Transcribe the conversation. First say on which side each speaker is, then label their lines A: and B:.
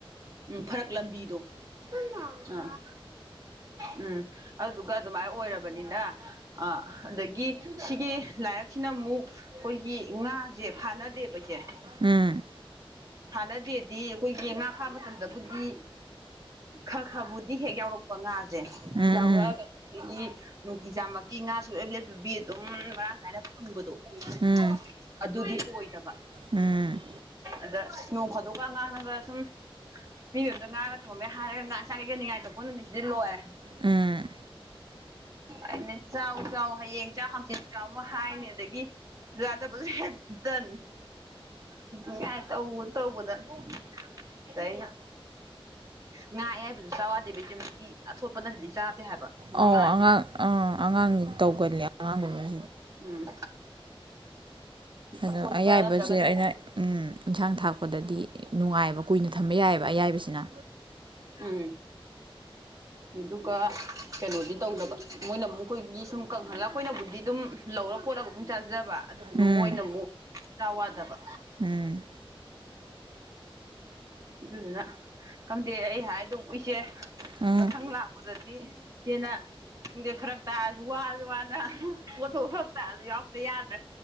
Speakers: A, on the right (about 35°); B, on the right (about 55°).
A: ꯎꯝ ꯐꯔꯛ ꯂꯝꯕꯤꯗꯣ ꯑꯥ ꯎꯝ ꯑꯗꯨꯒ ꯑꯗꯨꯃꯥꯏ ꯑꯣꯏꯔꯕꯅꯤꯅ ꯑ ꯑꯗꯒꯤ ꯁꯤꯒꯤ ꯂꯥꯏꯔꯛꯁꯤꯅ ꯑꯃꯨꯛ ꯑꯈꯣꯏꯒꯤ ꯉꯥꯖꯦ ꯐꯥꯅꯗꯦꯕ ꯏꯆꯦ
B: ꯎꯝ
A: ꯐꯥꯅꯗꯦꯗꯤ ꯑꯈꯣꯏꯒꯤ ꯉꯥ ꯐꯥ ꯃꯇꯝꯗꯕꯨꯗꯤ ꯈ ꯈꯕꯨꯗꯤ ꯍꯦꯛ ꯌꯥꯎꯔꯛꯄ ꯉꯥꯖ ꯖꯦ
B: ꯎꯝ
A: ꯌꯥꯎꯔꯛꯑꯒꯖꯨ ꯑꯈꯣꯏꯒꯤ ꯅꯨꯡꯇꯤꯖꯥꯃꯛꯀꯤ ꯉꯥ ꯁꯨꯡꯂꯦꯞ ꯂꯦꯞꯇꯕꯤ ꯑꯗꯨꯝ ꯃꯔꯥꯡ ꯀꯥꯏꯅ ꯐꯪꯕꯗꯣ <unintelligible>
B: ꯎꯝ ꯎꯝ
A: ꯑꯗꯨꯗꯤ ꯑꯣꯏꯗꯕ
B: ꯎꯝ
A: ꯑꯗ ꯅꯣꯡ ꯐꯥꯗꯣꯛꯀ ꯑꯉꯥꯡꯅꯒ ꯁꯨꯝ ꯃꯤ ꯃꯌꯨꯝꯗ ꯉꯥꯒ ꯊꯣꯡꯉꯝꯃꯦ ꯍꯥꯏꯔꯒ ꯉꯥ ꯆꯥꯒꯦꯒ ꯅꯤꯡꯉꯥꯏ ꯇꯧꯔꯛꯄ ꯅꯨꯃꯤꯠꯁꯤꯗꯤ ꯂꯣꯏꯔꯦ
B: ꯎꯝ
A: ꯑꯩꯅ ꯆꯥꯎ ꯆꯥꯎ ꯍꯌꯦꯡ ꯆꯥꯎ ꯍꯥꯡꯆꯤꯠ ꯆꯥꯎ ꯑꯃ ꯍꯥꯏꯅꯤ ꯑꯗꯒꯤ ꯕꯓꯥꯔ ꯆꯠꯄꯖꯨ ꯍꯦꯛ ꯇꯟ <unintelligible> ꯇꯧꯕꯗ ꯇꯧꯕꯗ ꯑꯗ ꯑꯩꯅ ꯉꯥ ꯑꯌꯥꯏꯕꯖꯨ ꯆꯥꯎ ꯌꯥꯗꯦ ꯕꯤꯇꯃꯤꯠꯀꯤ ꯑꯊꯣꯠꯄ ꯅꯇ꯭ꯔꯗꯤ ꯆꯥꯗꯦ ꯍꯥꯏꯕ ꯉꯥ
B: ꯑꯧ ꯑꯉꯥꯡ ꯑꯥ ꯑꯉꯥꯡꯒꯤ ꯇꯧꯒꯜꯂꯤ ꯑꯉꯥꯡꯒꯨꯝꯕꯖꯤ
A: ꯎꯝ ꯑꯊꯣꯠꯄ
B: ꯑꯗꯣ ꯑꯌꯥꯏꯕꯁꯦ
A: ꯅꯠꯇ꯭ꯔꯒꯗꯤ
B: ꯑꯩꯅ
A: ꯑꯃꯨꯛ
B: ꯎꯝ ꯏꯟꯁꯥꯡ ꯊꯥꯛꯄꯗꯗꯤ ꯅꯨꯡꯉꯥꯏꯑꯕ ꯀꯨꯏꯅ ꯊꯝꯕ ꯌꯥꯏꯑꯕ ꯑꯌꯥꯏꯕꯁꯤꯅ
A: ꯎꯝ ꯑꯗꯨꯒ ꯀꯩꯅꯣꯗꯤ ꯇꯧꯗꯕ ꯃꯣꯏꯅ ꯑꯃꯣꯏꯒꯤ ꯁꯨꯝ ꯀꯪꯍꯜꯂꯒ ꯑꯩꯈꯣꯏꯅꯕꯨꯗꯤ ꯑꯗꯨꯝ ꯂꯧꯔ ꯈꯣꯠꯂꯒ ꯑꯗꯨꯝ ꯆꯥꯖꯕ ꯑꯗꯨꯗꯨꯒ
B: ꯎꯝ
A: ꯃꯣꯏꯅ ꯑꯃꯨꯛ ꯆꯥ ꯋꯥꯗꯕ
B: ꯎꯝ
A: ꯑꯗꯨꯗꯨꯅ ꯈꯪꯗꯦ ꯑꯩ ꯍꯥꯏꯗꯧꯕ ꯏꯁꯦ
B: ꯎꯝ
A: ꯃꯊꯪ ꯂꯥꯛꯄꯗꯗꯤ ꯍꯦꯟꯅ ꯈꯪꯗꯦ ꯐꯔꯛ ꯇꯥꯔꯁꯨ ꯋꯥꯁꯨ ꯋꯥꯅ ꯄꯣꯠꯊꯣꯛ ꯐꯔꯛ ꯇꯥꯔꯁꯨ ꯌꯥꯎꯔꯛꯇ ꯌꯥꯗ꯭ꯔꯦ